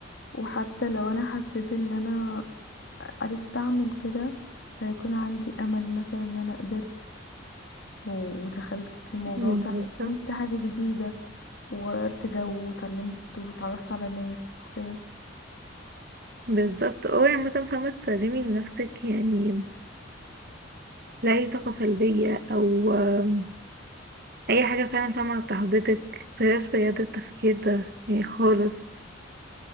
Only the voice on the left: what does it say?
وحتى لو انا حسيت ان انا عرفت اعمل كده هيكون عندي امل مثلا ان انا قدرت و- ودخلت في الموضوع
وتعلمت
حاجة جديدة وغيرت جو وتعلمت وتعرفت على ناس وكده